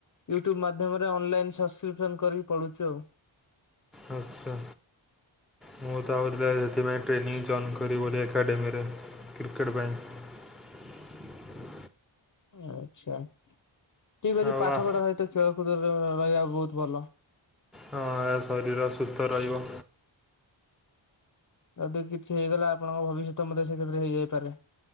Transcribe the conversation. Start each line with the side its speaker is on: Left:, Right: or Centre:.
Left: ୟୁଟ୍ୟୁବ ମାଧ୍ୟମରେ ଅନଲାଇନ୍ ସବସ୍କ୍ରିପସନ୍ କରିକି ପଢୁଛୁ ଆଉ।
Centre: ଆଚ୍ଛା। ମୁଁ ତ ଆହୁରି ସେଥିପାଇଁ ଟ୍ରେନିଂ ଯଏନ୍ କରି ବୋଲି ଏକାଡେମରେ କ୍ରିକେଟ ପାଇଁ।
Left: ଆଚ୍ଛା ଠିକ ଅଛି
Centre: ଆଉ
Left: ପାଠ ପଢା ସହିତ ଖେଳକୁଦରେ ରହିବା ବହୁତ ଭଲ।
Centre: ହଁ ଶରୀର ସୁସ୍ଥ ରହିବ।
Left: ଯଦି କିଛି ହେଇଗଲା ଆପଣଙ୍କ ଭବିଷ୍ୟତ ମଧ୍ୟ ସେ ଥିରେ ହେଇଯାଇପାରେ।